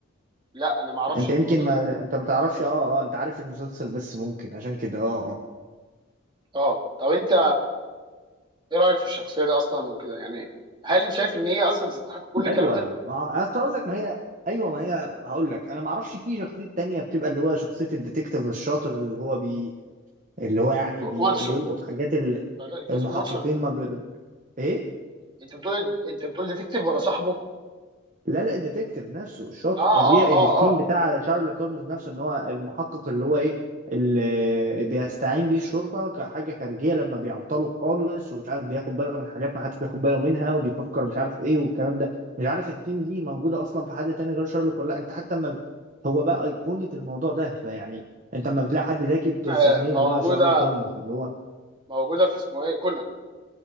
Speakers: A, on the right; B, on the right.
A: لا انا ما اعرفش
B: انت
A: الموضوع
B: يمكن ما
A: ده
B: انت ما تعرفش اه اه انت عارف المسلسل بس ممكن عشان كده اه اه
A: اه طب انت ايه رايك في الشخصيه دي اصلا وكده يعني هل انت شايف ان هي اصلا تستحق كل الكلام
B: حلوه
A: ده
B: ما- أصل هقول لك ما هي ايوه ما هي هقول لك انا ما اعرفش في شخصيه تانية بتبقى اللي هو شخصيه الديتكتيف الشاطر اللي هو بي اللي هو يعني بي...
A: واتسون
B: بيلقط حاجات ال-
A: لا كاس
B: المحققين
A: ماتشن
B: ما بي... ايه
A: انت بتقول انت بتقول ديتكتيف ولا صاحبه
B: لا لا الديتكتيف نفسه الشاطر
A: اه
B: اللي هي
A: اه اه
B: الثيم
A: اه
B: بتاع شارلوك هولمز نفسه ان هو المحقق اللي هو ايه اللي بيستعين بيه الشرطه كحاجه خارجيه لما بيعطلوا خالص ومش عارف بياخد باله من حاجات ما حدش بياخد باله منها وبيفكر مش عارف ايه والكلام ده مش عارف الثيم دي موجوده اصلا في حد تاني غير شارلوك ولا لا انت حتى ما هو بقى ايقونه الموضوع ده فيعني انت لما بتلاقي حد ذكي بتسميه
A: آه، موجوده
B: اللي هو شارلوك هولمز اللي هو
A: موجوده في اسمه ايه كونان